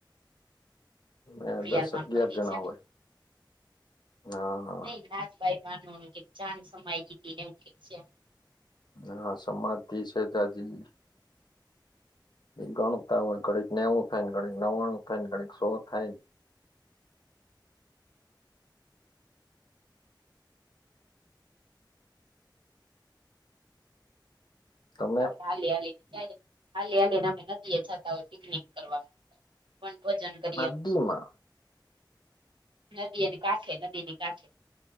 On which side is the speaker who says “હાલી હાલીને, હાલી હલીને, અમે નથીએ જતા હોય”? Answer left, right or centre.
Right